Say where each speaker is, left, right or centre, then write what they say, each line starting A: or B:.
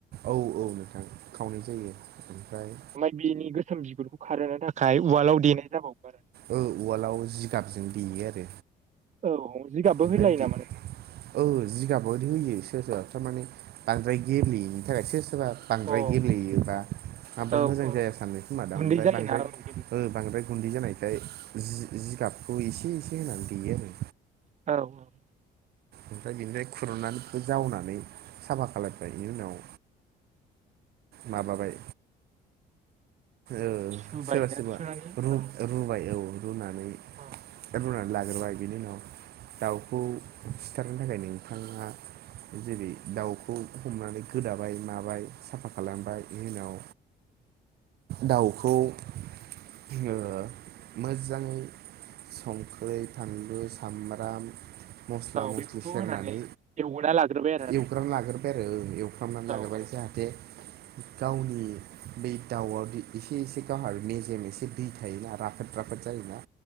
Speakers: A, on the right; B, on the right.
A: औ औ नोंथां खावनै जायो। ओमफ्राय
B: ओमफ्राय बिनि गोसोम बिगुरखौ खारहोनो थाखाय उवालाव देनाय जाबावो आरो।
A: औ उवालाव जिगाबजों देयो आरो।
B: आरो औ जिगाबबो
A: ओमफ्राय
B: होलायो
A: दे
B: नामा नोंथां
A: औ जिगाबावदो होयो सोर सोरबा थारमाने बांद्राय गेब्लेयैनि थाखाय सोर सोरबा बांद्राय
B: अ
A: गेब्लेयोबा बांद्राय
B: औ
A: मोजां
B: औ
A: जाया सानो खोमा दां।
B: गुन्दै
A: ओमफ्राय
B: जायोना
A: बांद्राय
B: औ गेब्लेबाथाय।
A: बांदाय गुन्दै जानायखाय जि-जिगाबखौ एसे एसे होनानै देयो आरो।
B: औ औ।
A: ओमफ्राय बिनिफ्राय खुरनानैबो जावनानै साफा खालायबाय। इनि उनाव माबाबाय ओ
B: सुबायना
A: सोरबा सोरबा
B: सुनानै
A: रु-रुबाय
B: औ
A: औ रुनानै
B: औ।
A: रुनानै लाग्रोबाय बिनि उनाव दाउखौ सिथारनो थाखायनो नोंथाङा जेरै दाउखौ हमनानै गोदाबाय, माबाय साफा खालामबाय, इनि उनाव
B: <inaudible>
A: दाउखौ ओ मोजाङै संख्रै, फानलु, सामब्राम मस्ला
B: औ
A: मस्लि
B: बेफोरखौ
A: सेरनानै
B: होनानै एवना लाग्रोबाय आरो नोंथां
A: एवग्रोना लागोर बाय आरो एवफ्रामनानै
B: औ
A: लाग्रोबाय जाहाते गावनि बै दाउआवदि एसे एसे गावहा मेजेम, एसे दै थायोना राफोद राफोद जायोना,